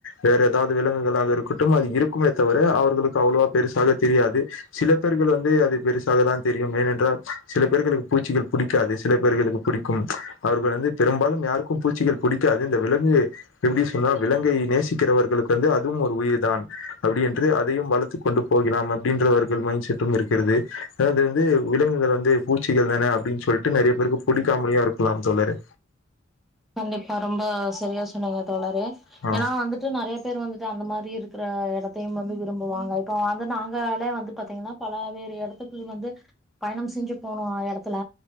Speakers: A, on the left; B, in the centre.
A: வேற ஏதாவது விலங்குகளாக இருக்கட்டும் அது இருக்குமே தவுர அவர்களுக்கு அவ்ளோ பெரு சாக தெரியாது சில பேர்கள் வந்து அது பெருசாக தான் தெரியும் ஏனென்றால் சில பேர்களுக்கு பூச்சிகள் புடிக் காது சில பேர்களுக்கு பிடிக்கும் அவர்கள் வந்து பெரும்பாலும் யாருக்கும் பூச்சிகள் புடிக்காது இந்த விலங்கு இ ப்டி சொன்னா விலங்கை நேசிக்கறவர்களுக் வந்து அதுவும் ஒரு உயிர் தான் அப்டி என்று அதையும் வளத்துக் கொண்டு போகிலாம் அப்டின்றவர்கள் மைண்ட் செட்டும் இருக்கிறது அதாவ்து வந்து விலங்குகள் வந்து பூச்சிகள் தான அப்டி சொல்ட்டு நெறைய பேருக்கு புடிக்காமலியா இருக்கலாம் தோழரே
B: கண்டிப்பா ரொம்ப செரியா சொன்னீங்க தோழரே
A: ஆ
B: ஏன்னா வந்துட்டு நெறைய பேர் வந்துட்டு அந்த மாரி இருக் கற எடத்தையும் வந்து விரும்புவாங்கள் இப்ப வந்து நாங்களே வந்து பாத்தீங்கன்னா பல வேறு எடத்துக்கு வந்து பயணம் செஞ்சு போனோ எடத்துல